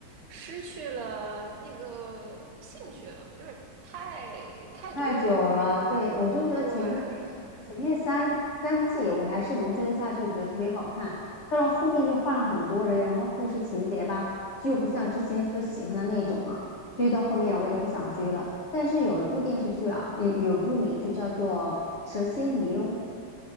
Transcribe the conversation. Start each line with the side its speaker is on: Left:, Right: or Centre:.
Right: 失去了那个兴趣了，因为太太多了。
Left: 太久了，对，我就觉得前面也是，
Right: 对，
Left: 前面三三季我还是能追得下去，觉得特别好看。到了后面就换了很多人，然后故事情节吧，就不像之前所喜欢的那种了，所以到后面我也不想追了。但是有一部电视剧啊，有有一部美剧叫做《蛇蝎女佣》，